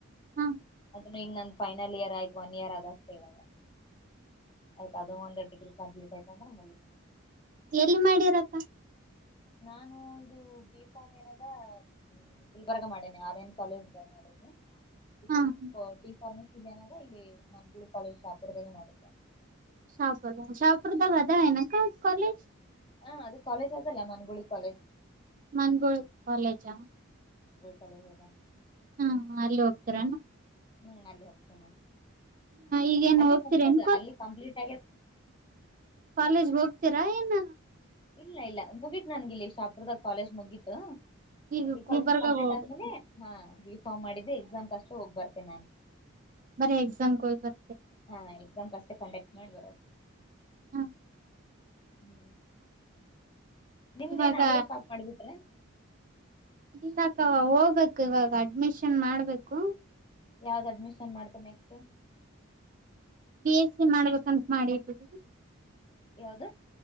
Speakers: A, on the right; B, on the left.
A: ಹಾ
B: ಅದನ್ನು ಈಗ ನನ್ ಫೈನಲ್ ಇಯರ್ ಆಯ್ತು ಒನ್ ಇಯರ್ ಅದಷ್ಟೇ ಇವಾಗ ಆಯ್ತು ಅದು ಒಂದೆರಡು ಡಿಗ್ರಿ ಕಂಪ್ಲೀಟ್ ಆಯತ ಅಂದ್ರೆ ಮುಗಿತ
A: ಎಲ್ಲಿ ಮಾಡಿರಪ್ಪ
B: ನಾನು ಇದು ಬಿ ಫೋಮ್ ಏನದ ಗುಲ್ಬರ್ಗ ಮಾಡೇನೆ ಆರ್ ಎನ್ ಕಾಲೇಜ್ಾಗ ಮಾಡೇನಿ ಇದುಟಿ
A: ಹಾ ಹಾ
B: ಫಾರ್ಮಸಿನ ಇಲ್ಲಿ ಮಕುಳಿ ಕಾಲೇಜ್ ಶಾಪುರದಾಗೆ ಮಾಡಿದ್ದ
A: ಶಾಹಪುರದ ಶಾಹಪುರದ ಬಾ ನ ಕ ಕಾಲಜ
B: ಹಾ ಅದು ಕಾಲೇಜ್ ಅದಲ್ಲ ಮನಗುಳಿ ಕಾಲೇಜ್
A: ಮನ್ಗೂಳ್ ಕಾಲೇಜಾ
B: ಸಾಲಂಗಾ
A: ಹಾ ಅಲ್ಲಿ ಹೋಗ್ತರ
B: ಹ್ಮ್ ಅಲ್ಲಿ ಹೋಗತೇನಾ
A: ಈಗೇನ್
B: ಅಲ್ಲಿ
A: ಹೋಗ್ತೀರೇನ್
B: ಮುಗ್ದದ ಅಲ್ಲಿ ಕಂಪ್ಲೀಟ್ ಆಗೇ
A: ಕಾಲೇಜ್ ಹೋಗ್ತೀರಾ ಏನ್
B: ಇಲ್ಲ ಇಲ್ಲ ಮುಗೀತು ನನ್ಗ ಇಲ್ಲಿ ಶಾಪುರದಾಗ ಕಾಲೇಜ್ ಮುಗೀಿತು
A: ಈಗ
B: ಡಿಫಾರ್ಮಸ್
A: ಗುಲ್ಬರ್ಗಾಗ
B: ಕಂಪ್ಲೀಟ್
A: ಹೋಗ್ಬೇಕು
B: ಆದ್ಮೇಲೆ ಹಾ ರಿಫಾರ್ಮ್ ಮಾಡಿದೆ ಎಕ್ಸಾಮ್ ಕಷ್ಟ ಹೋಗ್ ಬರ್ತೆೇನೆ ನಾನ್
A: ಬರ ಎಕ್ಸಾಮ ಕ ಬ
B: ಹಾ ಎಕ್ಸಾಮ್ ಅಷ್ಟೇ ಕಂಡಕ್ಟ್ ಮಾಡಿ ಬರೋದು
A: ಹ್ಮ
B: ಹ್ಮ್ ನಿಮ್್ದೇನ್
A: ಇವಾಗ
B: ಅಲ್ಲಿಿಗೆ ಸ್ಟಾಪ್ ಮಾಡಿಬಿಟ್ರೆ
A: ಇಲ್ಲಾಕ್ಕವಾ ಹೋಗ್ಬೇಕು ಇವಾಗ ಅಡ್ಮಿಷನ್ ಮಾಡ್ಬೇಕು
B: ಯಾವ್ದ್ ಅಡ್ಮಿಷನ್ ಮಾಡ್ತಾರೆ ನೆಕ್ಸ್ಟ್
A: ಬಿ ಎಸ್ ಸಿ ಮಾಡ್ಬೇಕಂತ ಮಾಡಿದ್ದೀವಿ
B: ಯಾವ್ದ